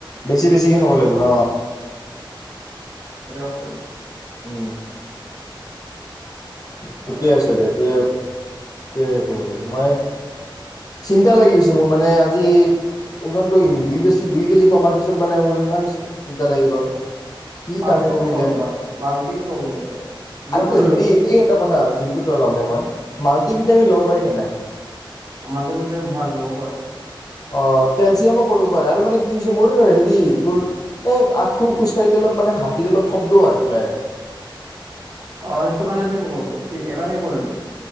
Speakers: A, on the left; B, on the right.
A: বেছি বেছিকে খাব লাগিব ন
B: বেলেগ অপ্চন নাই
A: অ ঠিকে
B: নহ'লে
A: আছে দে সেইটোৱে দে শুব লাগিব মই চিন্তা লাগি গৈছে মোৰ মানে আজি ওজনটো দুই বেছি দুই কেজি কমাৰ পিছত মানে মোৰ ইমান চিন্তা লাগি গ'ল কি
B: ভাল
A: কাৰণে
B: ক'ত
A: কমিলে
B: খাব ল ভাল ভাল কিং ক ল জিমটো
A: আৰু
B: লৈ
A: হেৰি
B: ল
A: এই এটা কথা জিমটোত লমেই মই মাল্টি ভিটামিন ল'ব পাৰি নে নাই
B: মালটোমিতিম ভাল লব পৰা
A: অ কেলচিয়ামো কমিব পাৰে আৰু মানে কি হৈছে মোৰ হেৰি তোৰ এই আঁঠু খোজকাঢ়িলে অলপ মানে হাত দিলে অলপ শব্দ ওলায়
B: অ সেইটো কাৰণে সেই কাৰ এবাৰ সেই কৰিলবি